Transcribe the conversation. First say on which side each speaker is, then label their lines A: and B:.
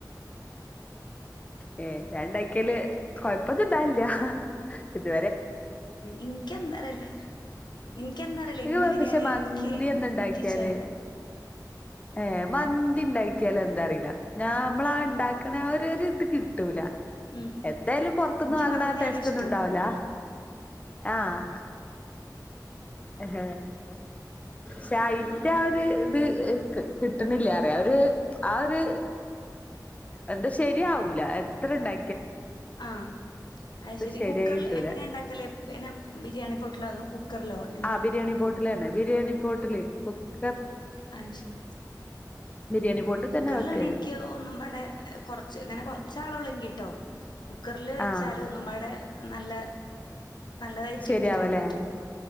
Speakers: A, on the left; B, on the left.
A: ഏ ഞാൻണ്ടാ ഒക്കല് കൊഴപ്പന്ന ഇണ്ടാല്ല. ഇത്
B: എനിക്ക എന്താ അറിയില്ല എനിക്ക എന്താ അറിയില്ല
A: ഇത്
B: എന്റെ ബിരിയാണി
A: പക്ഷെ മന്തി
B: എനിക്ക്
A: എന്തുണ്ടാക്കിയാല്
B: എനിക്ക് <unintelligible> ഇല്ല.
A: ഏ മന്തി ഇണ്ടായിക്കാലന്താ അറിയില്ല. ഞാ നമ്മളാ ഇണ്ടാക്കണ ആ ഒരു ഇത് കിട്ടൂല.
B: ഉം
A: എന്തായാലും പൊറത്ത്ന്ന്
B: ഇൻക്ക്
A: വാങ്ങണ
B: മന്തിയാണ്
A: ടേസ്റ്റ്
B: ഇഷ്ടം
A: ഒന്നും ഇണ്ടാവല. ആഹ്. ആഹ. ഷ ഇന്റെ ഒര് അത് എനക്ക് കിട്ടുന്നില്ല അറിയര് ആ ഒരു എന്താ ശരിയാവൂല എത്ര ഇണ്ടാ
B: ആഹ് അത് ശരി
A: ശരിയായി
B: കുക്കറിൽ
A: കിട്ടൂല
B: എങ്ങനെയ ഇണ്ടാക്കല് പിന്നെ ബിരിയാണി പൊട്ടലോ അതോ കുക്കറിലോ? എന്തിൽ
A: ആഹ് ബിരിയാണി പോട്ടില് തന്നെ. ബിരിയാണി പോട്ട് <unintelligible>
B: ആ ശരി
A: ബിരിയാണി
B: ആ
A: പോട്ടിൽ
B: കുക്കറിലാണ്
A: തന്നെ വെക്ക്
B: എനിക്ക് ഒന്നും അവിടെ കൊറച്ച് ഇങ്ങനെ കൊറച്ചാളൊള്ളങ്കിട്ടോ കുക്കറില് വെച്ചാൽ
A: ആഹ്
B: ഒന്നും അവിടെ നല്ല നല്ലതായിട്ട്
A: ശരിയാവല്ലേ
B: എനിക്ക് തോന്നിയിട്ടുണ്ട്